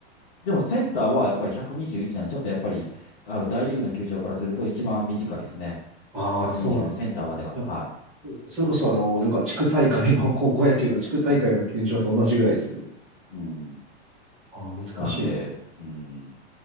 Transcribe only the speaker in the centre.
ああ、
そうなんです
いや、
そうですそれこそあの、なんか地区大会の、高校野球の地区大会の球場と同じぐらいですね。
ああ、難しいな。